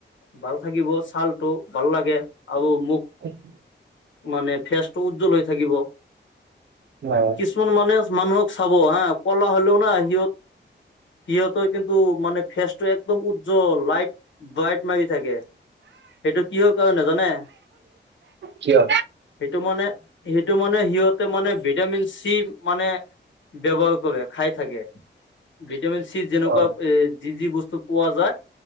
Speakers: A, on the left; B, on the right.
A: ভাল থাকিব ছালটো ভাল লাগে আৰু মোক
B: অ <unintelligible>
A: মানে ফেচ টো উজ্জ্বল হৈ থাকিব।
B: অ'।
A: কিছুমান মানে মানুহক চাব হা কলা হ'লেও না সিহঁত সিহঁত কিন্তু মানে ফেচটো একদম উজ্জ্বল লাইট লাইট মাৰি থাকে, সেইটো কিহৰ কাৰণে জানে?
B: কিয়
A: সেইটো মানে সেইটো মানে সিহঁত মানে ভিটামিন চি মানে ব্যৱহাৰ কৰে খাই থাকে। ভিটামিন চি যেনেকুৱা
B: অ
A: এ যি যি বস্তু পোৱা যায়